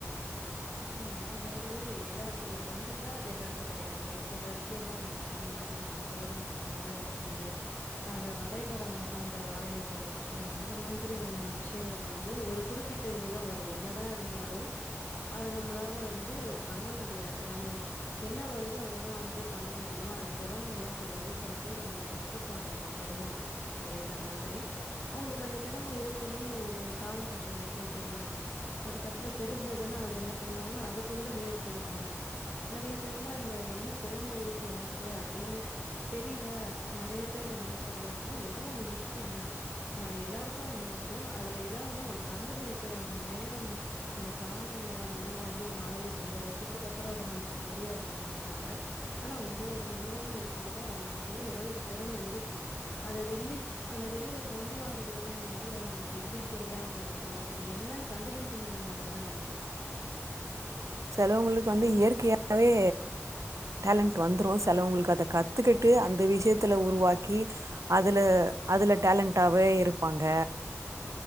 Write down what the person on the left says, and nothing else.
ஆமா அதாவது எல்லாருக்கும் இது வந்துட்டா அது எல்லாருக்கும் கிடைக்காது ஒரு சில விஷயம்லாம் நீங்க சொன்ன மாதிரி அந்த கோலம் போடுறது மத்த இது அந்த வரைபடமலா அந்த வரையறது இருக்கு <unintelligible> இந்த மாதிரியான விஷயங்கள் வந்து ஒரு குறிப்பிட்ட இதுதா வரு உ என்னதா இருந்தாலு அத நம்மளால வந்து பண்ண முடியாத நம்ம என்ன வருதோ அததா வந்து பண்ண முடியு அது திறமை தா சொல்றது சில பேர் வந்து கத்துப்பாங்க இந்த திறமைக்கு ஏத்த மாதிரி அவங்களுக்கு அந்த திறமை இருக்குன்னே ஒரு காலகட்ட வரைக்கு தெரியாம இருக்கு அதுக்கப்புறோ தெரிஞ்சுதுனா என்ன பண்ணுவங்கன்ன அத கொண்டு முயற்சி எடுப்ப பாங்க நறையா பேர்லா அந்த என்ன திறமை இருக்கு எனக்கு அப்டின்னு தெரியல நறையா பேர் வந்து சொல்லுவாங்கனா எதோ ஒண்ணு இருக்கு தா ஆ எல்லாருக்கு ஒண்ணு இருக்கும் போ அதுல ஏதா ஒண்ணு நம்ம கண்டுபிடிக்கிற அந்த நேரம் அந்த கால நேரம் வேணா வந்து மாறி ரொம்ப வருஷத்துக்கு அப்புறோ அது நம்மளுக்கு தெரிய வரலாமே தவிர ஆனா ஒரு ஒரு மனிதனு எடுத்துக்கிட்டா அவனுக்குள்ள ஏதோ ஒரு திறமை இருக்கு அத வெள்ளி அந்த வெளில கொண்டு வர்றது தா வந்து அவங்களுக்கு எப்டின்னு தெரியாம இருக்கு அது என்னனு கண்டுபிடிக்கணு மொதலனு நனைக்கிறே